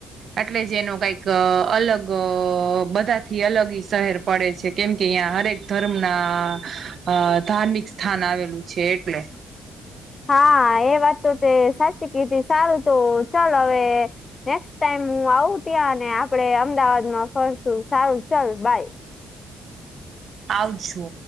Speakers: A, on the right (about 55°); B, on the left (about 35°).
A: એટલે જે એનો કઈક અલગ અ બધા થી અલગ ઈ શહેર પડે છે. કેમ કે અહિયાં હરેક ધર્મના અ ધાર્મિક સ્થાન આવેલું છે એટલે.
B: હા એ વાત તો તે સાચી કીધી સારું તો ચલ હવે નેક્સ્ટ ટાઈમ હું આવું ત્યાં અને આપડે અમદાવાદમાં ફરશું સારું ચાલ બાય.
A: આવજો.